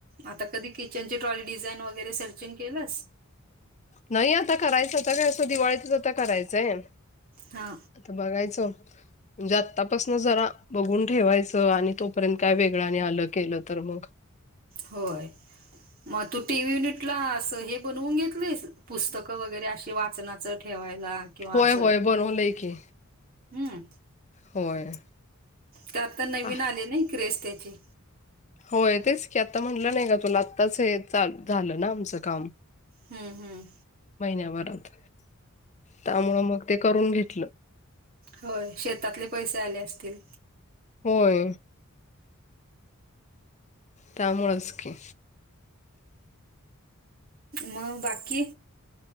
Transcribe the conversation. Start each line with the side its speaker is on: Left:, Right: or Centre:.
Right: आता कधी किचनचे ट्राली डिझाईन वगैरे सर्चिंग केलंस?
Left: नाही, आता करायचं आता काय असं दिवाळीतच आता करायचंय.
Right: हा.
Left: आता बघायच. म्हणजे आतापासन जरा बघून ठेवायचं आणि तोपर्यंत काय वेगळं आणि आलं केलं तर मग
Right: होय. मग तू टी व्ही युनिट ला अस हे बनवून घेतलीस पुस्तकं वगैरे असे वाचनाचं ठेवायला किंवा
Left: होय
Right: असं
Left: होय बनवलंय की
Right: हम्म
Left: होय
Right: ते आता नवीन
Left: आह,
Right: आलय नाही क्रेस त्याचे.
Left: होय तेच की आता म्हटलं नाही का तुला आत्ताच हे चाल झालं ना आमचं काम.
Right: हम्म हम्म.
Left: महिन्याभरात त्यामुळ मग ते करून घेतलं.
Right: होय. शेतातले पैसे आले असतील?
Left: होय त्यामुळेच की.
Right: मग बाकी?